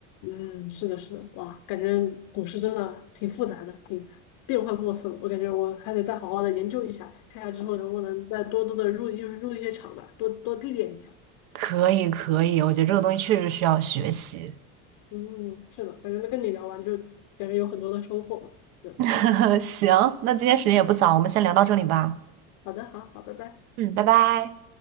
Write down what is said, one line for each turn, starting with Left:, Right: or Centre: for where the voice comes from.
Left: 嗯，是的，是的，哇，感觉股市真的挺复杂的，挺变幻莫测的。我感觉我还得再好好的研究一下，看下之后能不能再多多的入入入一些场吧，多多历练一下。
Right: 可以，可以，我觉得这个东西确实需要学习。
Left: 嗯，是的，感觉跟你聊完就感觉有很多的收获嘛。对，
Right: <laughs> 行，那今天时间也不早，我们先聊到这里吧。
Left: 好的，好好，拜拜。
Right: 嗯，拜拜。